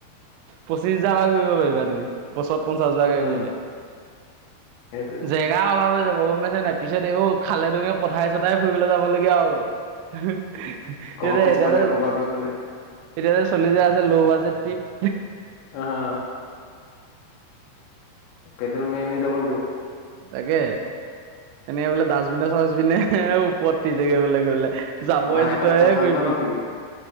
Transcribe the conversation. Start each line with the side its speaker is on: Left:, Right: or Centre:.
Right: পঁচিছ হাজাৰ পৰা কৰিব পাৰিবা তুমি। বছৰত পঞ্চাশ হাজাৰকে
Left: অ
Right: কৰিলে
Left: সেইটোৱেটো
Right: যে গা অল হৈ যাব গম পাইছা নে নাই পিছত আকৌ খালে তুমি পথাৰে চথাৰে ফুৰিবলৈ ল'ব ফুৰিব লাগিয়া হব
Left: ঘৰৰ
Right: সেয়ে
Left: পিছফালে
Right: এতিয়া
Left: ক'বাৰ পিছফালে
Right: তেতিয়া যে চল্লিশ হাজাৰ আছে ল' বাজেট টিপ
Left: অহ পেডেল মাৰি মাৰি যাব লাগিব।
Right: তাকে এনেকে বোলে ডাষ্টবিনে চাষ্টবিনে ওপৰেদি বোলে গলে যাবৰে
Left: মাহেকত
Right: জোথোৰে
Left: পঞ্চাশ
Right: ঘূৰি
Left: বাৰ
Right: ফুৰিছে
Left: যাওঁ নেকি